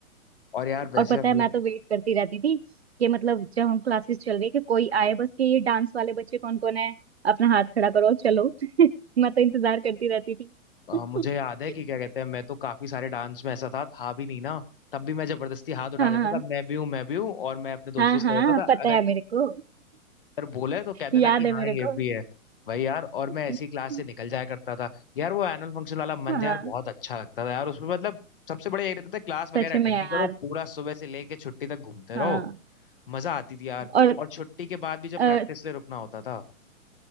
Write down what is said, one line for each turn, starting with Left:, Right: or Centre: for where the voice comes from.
Left: और यार वैसे
Right: और पता
Left: हम
Right: है
Left: लोग
Right: मैं तो वेट करती रहती थी कि मतलब जब हम क्लासेस चल रही कि कोई आए बस कि ये डांस वाले बच्चे कौन कौन है अपना हाथ खड़ा करो चलो <laughs> मैं तो इंतजार करती रहती थी
Left: अ, मुझे याद
Right: <laughs>
Left: है कि क्या कहते हैं मैं तो काफी सारे डांस में ऐसा था था भी नहीं ना तब भी मैं जबरदस्ती हाथ उठा
Right: हाँ
Left: देता
Right: हाँ
Left: था मैं भी हूँ मैं भी हूँ और मैं अपने दोस्तों
Right: हाँ
Left: से
Right: हाँ
Left: कहता था
Right: पता
Left: अगर
Right: है मेरे को
Left: अगर बोले तो कह
Right: <laughs>
Left: देना
Right: याद
Left: कि
Right: है
Left: हाँ
Right: मेरे
Left: ये
Right: को
Left: भी है भाई यार और
Right: <laughs>
Left: मैं ऐसी क्लास से निकल जाया करता था यार वो एनुअल फंक्शन वाला मंथ
Right: हाँ
Left: यार बहुत अच्छा लगता था यार उसमें मतलब सबसे बड़ा यही रहता था क्लास वगैरह
Right: सच
Left: अटेंड
Right: में यार
Left: नहीं करो पूरा सुबह से लेके छुट्टी तक घूमते
Right: हाँ
Left: रहो मजा आती थी यार
Right: और
Left: और छुट्टी के बाद भी जब
Right: अ,
Left: प्रैक्टिस ले रुकना होता था